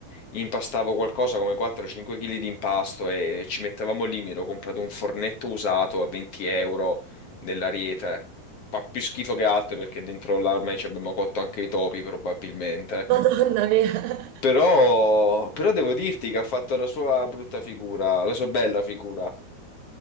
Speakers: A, on the left (about 55°); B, on the right (about 75°).
A: Impastavo qualcosa come 4-5 kg di impasto e ci mettevamo lì, mi ero comprato un fornetto usato a 20 euro dell'Ariete. Fa più schifo che altro perché dentro l'armai ci abbiamo cotto anche i topi probabilmente.
B: Madonna mia. <laughs>
A: Però, però devo dirti che ha fatto la sua brutta figura, la sua bella figura.